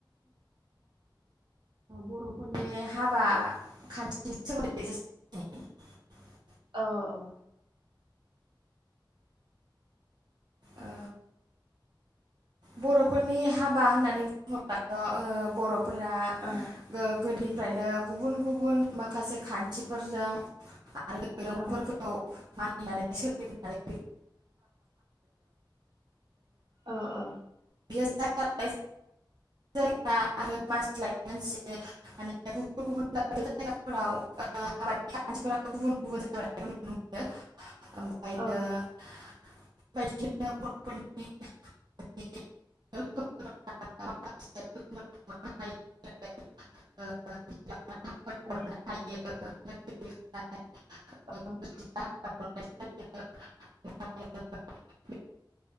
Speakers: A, on the right; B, on the right.
A: बर'फोरनि हाबा खाथिनि सोमोन्दै <inaudible>
B: अ औ
A: ओ बर'फोरनि हाबा होननानै बुङोबथ' ओ बर' फ्रा
B: औ
A: ओ गोनि फ्रायनो गुबुन गुबुन माखासे खान्थिफोरजों आरो दैरुंफोरखौ
B: औ ओ
A: मानिनानै सोलिबोनानै <inaudible>
B: अ अ
A: बियो जायगा लायै जायगा आरो मानसि लायै मानसि माने <inaudible> फोराव ओ हाबानि खान्थिफोरा गुबुन गुबुन जानायखौ नुनो मोनो। ओमफ्रायो
B: ओ
A: बे बायदिनो <unintelligible> <inaudible> <inaudible> मोननो
B: औ
A: <inaudible>
B: <inaudible>
A: <inaudible>